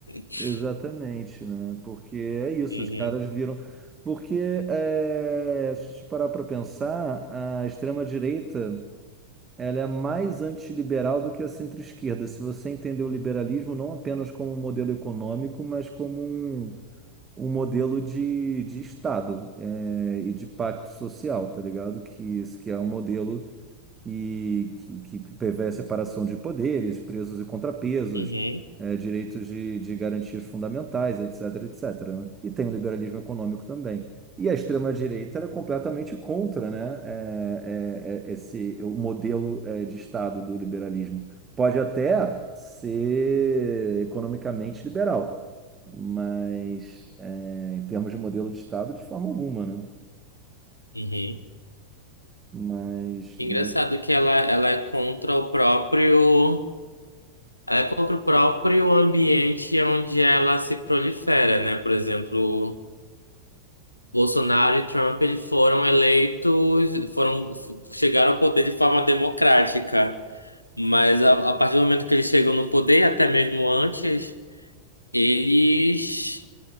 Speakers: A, on the left; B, on the right.
A: <laughs>
B: Exatamente, né? Porque é isso,
A: Uhum,
B: os caras viram. Porque, é, se você parar para pensar, a extrema-direita. ela é mais antiliberal do que a centro-esquerda. Se você entender o liberalismo não apenas como um modelo econômico, mas como um, um modelo de, de Estado, é, e de pacto social, tá ligado? Que, isso que é um modelo que, que, que prevê a separação de poderes, pesos e contrapesos,
A: uhum,
B: eh, direitos de, de garantias fundamentais, etc, etc, né? E tem o liberalismo econômico também. E a extrema-direita ela é completamente contra, né, eh, eh, eh, esse, o modelo eh, de Estado do liberalismo. Pode até ser economicamente liberal, mas eh, em termos de modelo de Estado, de forma alguma, né?
A: uhum.
B: Mas,
A: Engraçado
B: mas
A: que ela, ela é contra o próprio. É contra o próprio ambiente onde ela se prolifera, né? Por exemplo, Bolsonaro e Trump eles foram eleitos, foram chegaram ao poder de forma democrática, mas a, a partir do momento que eles chegam no poder, até mesmo antes, eles